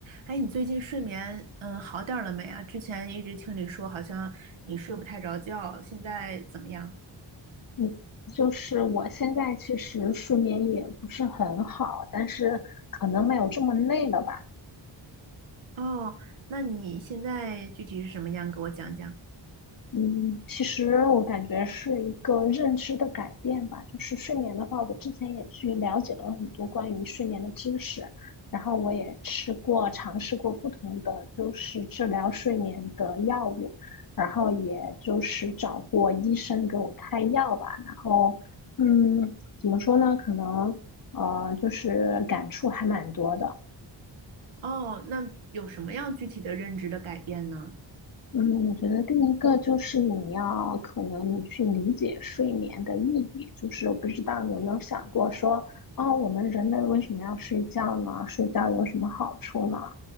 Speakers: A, on the right; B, on the left.
A: 哎，你最近睡眠嗯好点儿了没啊？之前一直听你说好像你睡不太着觉，现在怎么样？
B: 嗯，就是我现在其实睡眠也不是很好，但是可能没有这么累了吧。
A: 哦，那你现在具体是什么样？给我讲讲。
B: 嗯，其实我感觉是一个认知的改变吧。就是睡眠的话，我之前也去了解了很多关于睡眠的知识，然后我也吃过、尝试过不同的就是治疗睡眠的药物，然后也就是找过医生给我开药吧。然后，嗯，怎么说呢？可能呃，就是感触还蛮多的。
A: 哦，那有什么样具体的认知的改变呢？
B: 嗯，我觉得第一个就是你要可能你去理解睡眠的意义，就是我不知道你有没有想过说，啊，我们人类为什么要睡觉呢？睡觉有什么好处呢？